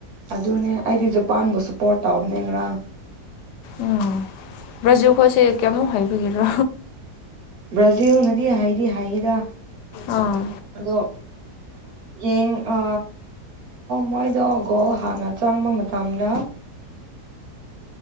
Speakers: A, on the right; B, on the left.
A: ꯑꯗꯨꯅꯦ ꯑꯩꯗꯤ ꯖꯄꯥꯟꯕꯨꯁꯨ ꯄꯣꯔꯠ ꯇꯧꯕꯅꯦꯔ
B: ꯎꯝ ꯕ꯭ꯔꯥꯖꯨꯈꯣꯣꯏꯁꯦ ꯀꯌꯥꯃꯨꯛ ꯍꯥꯏꯕꯒꯤꯔꯣ
A: ꯕ꯭ꯔꯥꯖꯤꯜꯅꯗꯤ ꯍꯥꯏꯗꯤ ꯍꯥꯏꯗ
B: ꯑꯥ
A: ꯑꯗꯣ ꯌꯦꯡ ꯑ ꯃꯣꯏꯗꯣ ꯍꯥꯟ ꯆꯥꯡꯕ ꯃꯇꯝꯅ